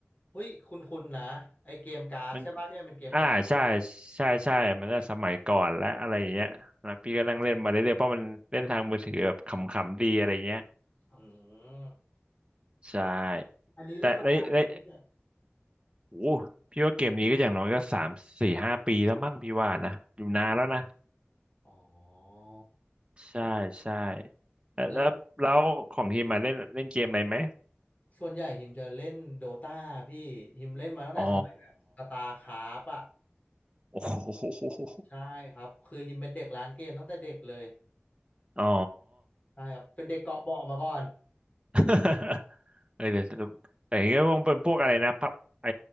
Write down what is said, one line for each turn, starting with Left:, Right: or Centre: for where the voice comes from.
Left: เฮ้ยคุณคุณนะไอเกมการ์ดใช่ป่ะที่มันเป็นเกมการ์ดใช่ป่ะ
Right: มันอ่าใช่ใช่ใช่มันก็สมัยก่อนและอะไรอย่างเงี้ยนะพี่ก็นั่งเล่นมาเรื่อยๆเพราะมันเล่นทางมือถือแบบขำๆดีอะไรเงี้ย
Left: อืม
Right: ใช่
Left: อันนี้เล่นมานานแล้วพี่เป็ด
Right: แต่ได้ได้โอ้พี่ว่าเกมนี้ก็อย่างน้อยก็สามสี่ห้าปีแล้วมั้งพี่ว่านะอยู่นานแล้วนะ
Left: อ๋อ
Right: ใช่ใช่แล้วแล้วแล้วของทีมมาเล่นเล่นเกมอะไรไหม
Left: แล้วส่วนใหญ่ฮิมจะเล่นโดตาพี่ฮิมเล่นมาตั้งแต่สมัยแบบสตาร์คราฟอ่ะ
Right: อ๋อโอ้โห
Left: ใช่ครับคือฮิมเป็นเด็กร้านเกมตั้งแต่เด็กเลย
Right: อ๋อ
Left: ใช่ครับเป็นเด็กเกาะเบาะมาก่อน
Right: <laughs> เออเดี๋ยวแต่อย่างเงี้ยต้องเป็นพวกอะไรนะพับไอ